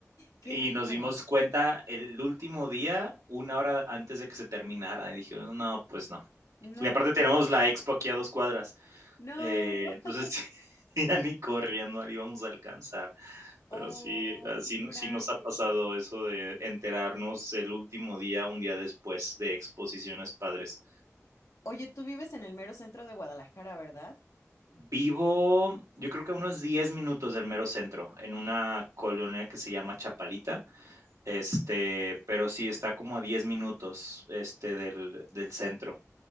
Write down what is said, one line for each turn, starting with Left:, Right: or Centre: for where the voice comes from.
Left: qué
Right: y
Left: rico.
Right: nos dimos cuenta el último día, una hora antes de que se terminara. Y dijimos, no, pues no.
Left: No,
Right: Y aparte tenemos la expo aquí a dos cuadras.
Left: no.
Right: Eh, entonces,
Left: <laughs>
Right: <laughs> ya ni corriendo le íbamos a alcanzar. Pero
Left: Oh,
Right: sí, ah, sí
Left: qué coraje.
Right: no sí nos ha pasado eso de enterarnos el último día, un día después de exposiciones padres.
Left: Oye, tú vives en el mero centro de Guadalajara, ¿verdad?
Right: Vivo, yo creo que a unos 10 minutos del mero centro, en una colonia que se llama Chapalita, este, pero sí está como a 10 minutos, este, del del centro,